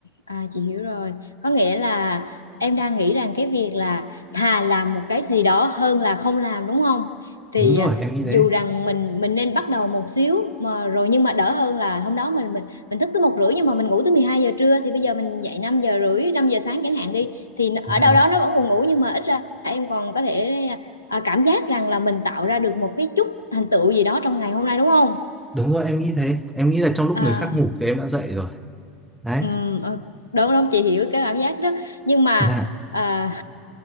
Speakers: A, on the left; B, in the centre.
A: à chị hiểu rồi. Có nghĩa là em đang nghĩ rằng cái việc là thà làm một cái gì đó hơn là không làm đúng không? Thì
B: đúng rồi
A: à,
B: em nghĩ thế
A: dù rằng mình mình nên bắt đầu một xíu mà rồi nhưng mà đỡ hơn là hôm đó mình mình mình thức tới một rưỡi nhưng mà mình ngủ tới 12 giờ trưa thì bây giờ mình dậy 5 giờ rưỡi 5 giờ sáng chẳng hạn đi thì nó-
B: Dạ,
A: ở đâu đó nó vẫn còn ngủ nhưng mà ít ra em còn có thể à, cảm giác rằng là mình tạo ra được một cái chút thành tựu gì đó trong ngày hôm nay đúng không?
B: đúng rồi em nghĩ thế em nghĩ là trong lúc
A: À,
B: người khác ngủ thì em đã dậy rồi đấy
A: Ừ, ờ, đúng đúng chị hiểu cái cảm giác đó nhưng mà
B: dạ
A: à,